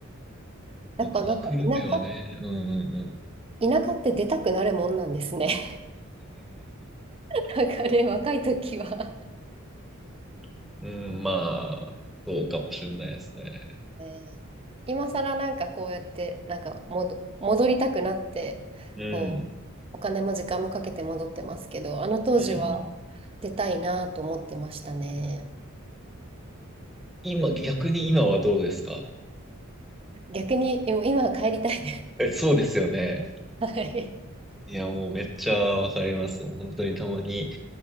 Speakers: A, on the right; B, in the centre.
A: やっぱなんか、
B: そうか、まあ、久留米はね、
A: 田舎、
B: うんうんうん。
A: 田舎って出たくなるもんなんですね。<laughs> なんかね、若い時は。
B: <laughs> うん、まあ、そうかもしれないですね。
A: えー今更なんかこうやって、なんか戻戻りたくなって、
B: うん、うん
A: こう、お金も時間もかけて戻ってますけど、あの当時は
B: うん。
A: 出たいなと思ってましたね。
B: 今、
A: うん、
B: 逆に今はどうですか
A: 逆に今今は帰りたいです。
B: え、そうですよね。
A: <laughs> はい。
B: いや、もうめっちゃわかります。本当にたまに、